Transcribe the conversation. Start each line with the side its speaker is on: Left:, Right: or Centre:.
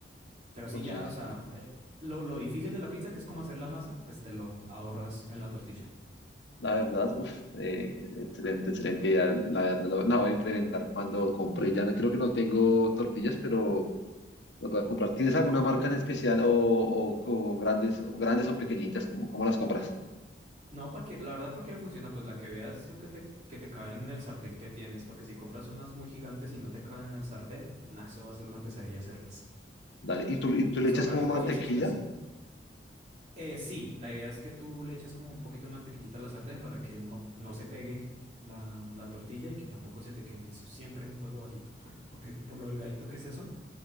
Right: Pero sí,
Left: Oye.
Right: ya, o sea, eh, lo, lo difícil de la pizza, que es como hacer la masa, pues te lo ahorras en la tortilla.
Left: La verdad, uff, excelente, excelente idea. La verdad, la, la voy a implementar cuando compre. Ya no- creo que no tengo tortillas, pero las voy a comprar. ¿Tienes alguna marca en especial o, o- o grandes, o grandes o pequeñitas? ¿Cómo, cómo las compras?
Right: No, cualquier, la verdad cualquiera funciona, pues la que veas tú que te, que te caben en el sartén que tienes, porque si compras unas muy gigantes y no te caben en el sartén, nah, eso va a ser una pesadilla hacerlas.
Left: Dale. ¿Y tú, y tú
Right: Puedes
Left: le echas
Right: comprar
Left: como
Right: incluso
Left: mantequilla?
Right: chiquitas. Eh, sí, la idea es que tú le eches como un poquito de mantequillita a la sartén para que no, no se pegue la, la tortilla y que tampoco se te queme. Eso siempre en fuego bajito, porque por lo delgadito que es eso,